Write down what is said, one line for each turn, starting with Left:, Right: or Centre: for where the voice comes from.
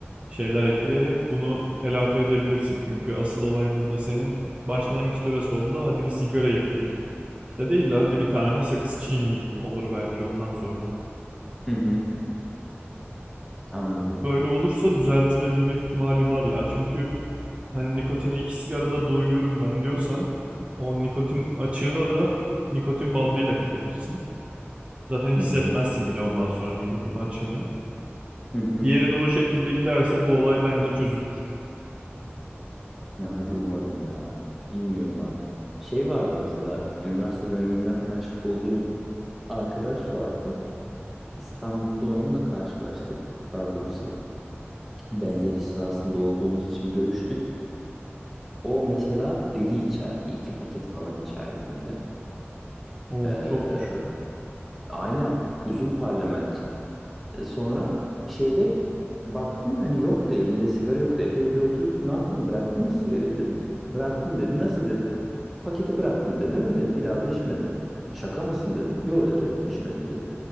Right: şeyler ekleyerek bunu telafi edebilirsin. Çünkü asıl olay burada senin başlangıçta ve sonunda hadi bir sigara yakayım. İşte değil de hadi bir tane sakız çiğneyim olur belki ondan sonra.
Centre: Hı hı. Anladım.
Right: Böyle olursa düzeltilebilme ihtimali var ya. Çünkü hani nikotine iki sigarada doyuyorum ben diyorsan o nikotin açığını da nikotin bandıyla kapatırsın. Zaten hissetmezsin
Centre: Hı hı.
Right: bile ondan sonra nikotin açığını.
Centre: Hı hı.
Right: Diğeri de o şekilde giderse bu olay bence çözülür.
Centre: Ya hadi umarım ya. Bilmiyorum artık. Şey vardı mesela üniversite döneminden tanışık olduğum arkadaş vardı. İstanbul'da onunla karşılaştık. Daha doğrusu benzer iş sahasında olduğumuz için görüştük. O mesela deli içerdi. iki paket falan içerdi günde.
Right: Oo
Centre: Ee,
Right: çokmuş.
Centre: aynen. Uzun parlamentçi. Ee, Sonra şeyde baktım hani yoktu elinde sigara yoktu. Epey bir oturduk. Ne yaptın bıraktın mı sigarayı dedim. Bıraktım dedi. Nasıl dedim. Paketi bıraktım dedi. Öyle. Bir daha da içmedim. Şaka mısın dedim. Yo dedi. İçmedim dedim.